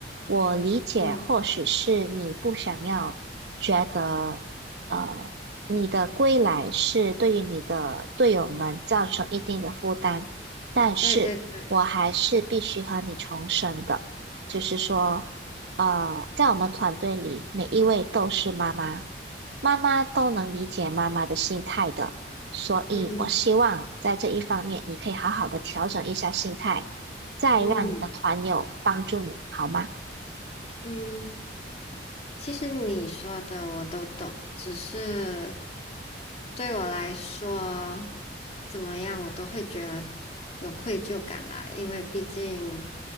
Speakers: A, on the right (about 75°); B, on the left (about 35°).
A: 我理解，
B: 嗯
A: 或许是你不想要觉得。呃。你的归来是对于你的队友们造成一定的负担，但是我还是必须和你重申的，
B: 对对对，
A: 就是说，呃，在我们团队里，每一位都是妈妈，妈妈都能理解妈妈的心态的，所以我希望在这一方面，
B: 嗯
A: 你可以好好的调整一下心态，再让你的团友帮助你，
B: 嗯
A: 好吗？
B: 嗯。其实你说的我都懂，只是对我来说，怎么样我都会觉得有愧疚感啦，因为毕竟